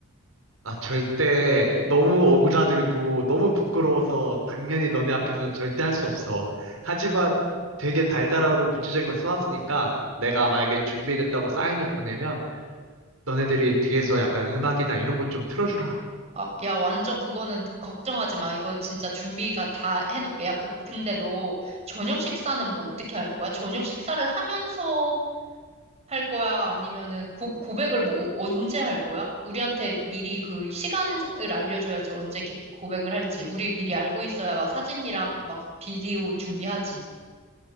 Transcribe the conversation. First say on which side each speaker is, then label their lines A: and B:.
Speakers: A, on the right (about 75°); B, on the right (about 30°).
A: 아, 절대 너무 오그라들고 너무 부끄러워서 당연히 너네 앞에서 절대 할 수 없어. 하지만 되게 달달하고 구체적인 걸 써놨으니까 내가 만약에 준비됐다고 사인을 보내면 너네들이 뒤에서 약간 음악이나 이런 것 좀 틀어주라.
B: 아, 야, 완전 그거는 걱정하지 마. 이건 진짜 준비가 다 해놓을게. 야, 그- 근데 너 저녁 식사는 뭐 어떻게 할 거야? 저녁 식사를 하면서 할 거야? 아니면은 고, 고백을 뭐 어- 언제 할 거야? 우리한테 미리 그 시간을 알려줘야지 언제 개- 고백을 할지. 우리 미리 알고 있어야 막 사진이랑 막 비디오 준비하지.